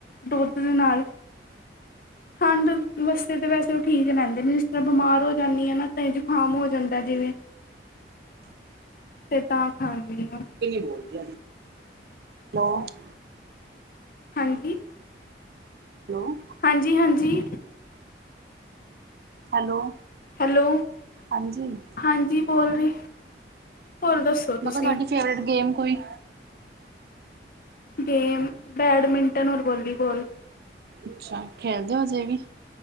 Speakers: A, on the left; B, on the right.
A: ਦੁੱਧ ਦੇ ਨਾਲ ਠੰਡ ਵਾਸਤੇ ਤਾਂ ਵੈਸੇ ਉਹ ਠੀਕ ਰਹਿੰਦੇ ਨੇ, ਜਿਸ ਤਰ੍ਹਾਂ ਬਿਮਾਰ ਹੋ ਜਾਂਨੀ ਆ ਨਾ ਤਾਂ ਜੁਕਾਮ ਹੋ ਜਾਂਦਾ ਜਿਵੇਂ।
B: ਹ <inaudible>
A: ਤੇ ਤਾਂ ਖਾਂਨੀ ਹਾਂ।
B: ਬੋਲਦੇਲੋ <unintelligible>
A: ਹਾਂਜੀ
B: ਹੈਲੋ
A: ਹਾਂਜੀ ਹਾਂਜੀ
B: ਹੈਲੋ
A: ਹੈਲੋ
B: ਹਾਂਜੀ ਮੈਂ
A: ਹਾਂਜੀ ਬੋਲ ਰੀ। ਹੋਰ ਦੱਸੋ ਤੁਸੀਂ।
B: ਕਿਹਾ ਤੁਹਾਡੀ ਫੇਵਰੇਟ ਗੇਮ ਕੋਈ
A: ਗੇਮ ਬੈਡਮਿੰਟਨ, ਔਰ ਵੋਲੀਬੋਲ।
B: ਅੱਛਾ ਖੇਲਦੇ ਹੋ ਹਜੇ ਵੀ।